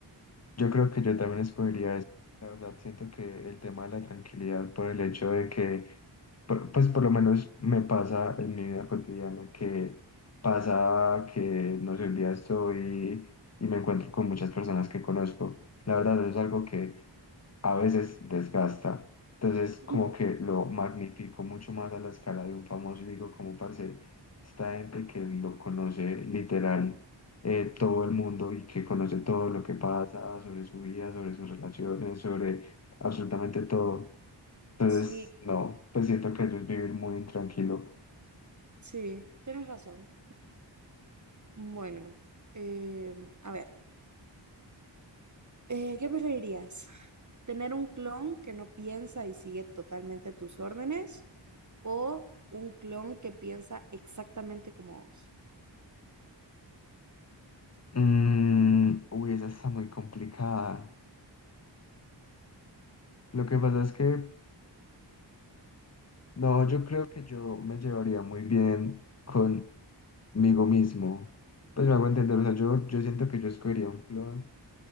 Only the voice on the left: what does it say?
Yo creo que yo también escogería eso. La verdad, siento que el tema de la tranquilidad por el hecho de que, por- pues por lo menos me pasa en mi vida cotidiana, que pasa que, no sé, un día estoy y me encuentro con muchas personas que conozco. La verdad, eso es algo que a veces desgasta. Entonces, como
que lo magnifico mucho más a la escala de un famoso y digo, como parce, esta gente que lo conoce literal eh, todo el mundo y que conoce todo lo que pasa sobre su vida, sobre sus relaciones, sobre absolutamente todo. Entonces,
no, pues siento que eso es vivir muy intranquilo.
Mm, uy, esa está muy complicada. Lo que pasa es que, no, yo creo que yo me llevaría muy bien con conmigo mismo. Pues me hago entender, o sea, yo, yo siento que yo escogería un clon